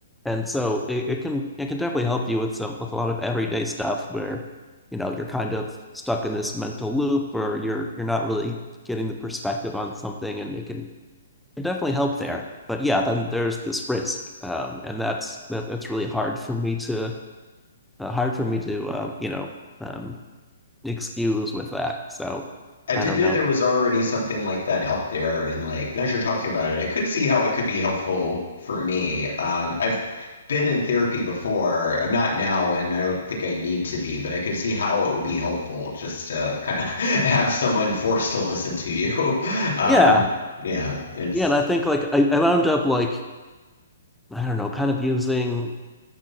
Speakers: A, in the centre; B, on the left (about 75°).
A: And so it, it can it can definitely help you with some with a lot of everyday stuff where, you know, you're kind of stuck in this mental loop or you're you're not really getting the perspective on something and it can it definitely help there. But yeah, then there's this risk. Um, and that's that that's really hard for me to uh, hard for me to um, you know um, excuse with that. So
B: I didn't
A: I don't know.
B: know there was already something like that out there, and like as you're talking about it, I could see how it could be helpful for me. Um, I've been in therapy before. I'm not now, and I don't think I need to be, but I could see how it would be helpful just to kind of <laughs> have someone forced to listen to you. <laughs> Um,
A: Yeah.
B: yeah, it's
A: Yeah. And I think like I, I wound up like, I don't know, kind of using